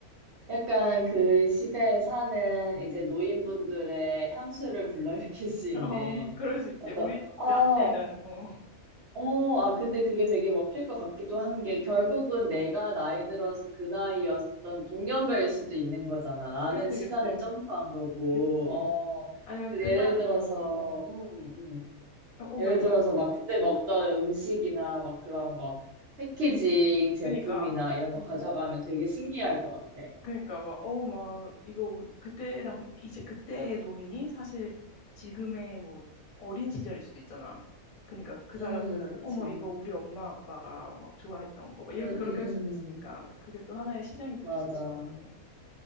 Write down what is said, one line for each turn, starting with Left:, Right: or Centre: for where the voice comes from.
Right: 약간 그 시대에 사는 이제 노인분들의 향수를 불러일으킬 수 있는
Left: <laughs> 어, 그럴 수 있지.
Right: 어떤,
Left: 우리
Right: 어,
Left: 라떼는 어,
Right: 어, 아, 근데 그게 되게 먹힐 것 같기도 한 게 결국은 내가 나이 들어서 그 나이였던 동년배일 수도 있는 거잖아. 나는
Left: 그치
Right: 시간을
Left: 그치
Right: 점프한 거고,
Left: 그치.
Right: 어,
Left: 아니면
Right: 근데
Left: 그다
Right: 예를 들어서,
Left: 어, 어,
Right: 음, 음.
Left: 어
Right: 예를
Left: 말해 말해.
Right: 들어서
Left: 음.
Right: 막 그때 먹던 음식이나 막 그런 거, 패키징 제품이나
Left: 그니까
Right: 이런 거
Left: 음.
Right: 가져가면 되게 신기할 것 같아.
Left: 그러니까 막 어우 막 이거 우- 그때 당 이제 그때의 노인이 사실 지금의 뭐 어린 시절일 수도 있잖아. 그러니까 그
Right: 음,
Left: 사람들은
Right: 그치.
Left: 어머 이거 우리 엄마 아빠가 막 좋아했던 거 막 이렇게
Right: 음, 음,
Left: 그렇게 할
Right: 음.
Left: 수도 있으니까 그게 또 하나의 시장이 될
Right: 맞아.
Left: 수도 있을 것 같아.